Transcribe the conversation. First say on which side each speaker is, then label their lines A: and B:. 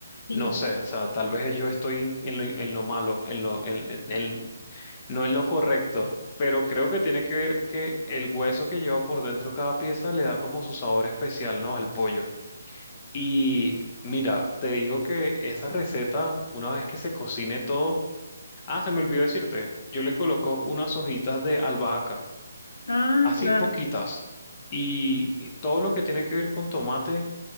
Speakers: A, on the left (about 75°); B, on the left (about 20°).
A: Sí.
B: No sé, o sea, tal vez yo estoy en lo, en lo malo, en lo, en, en- en- no en lo correcto, pero creo que tiene que ver que el hueso que lleva por dentro cada pieza le da como su sabor especial, ¿no? Al pollo. Y mira, te digo que esa receta, una vez que se cocine todo, Ah, se me olvidó decirte, yo le coloco unas hojitas de albahaca,
A: Ah,
B: así
A: claro.
B: poquitas, y y todo lo que tiene que ver con tomate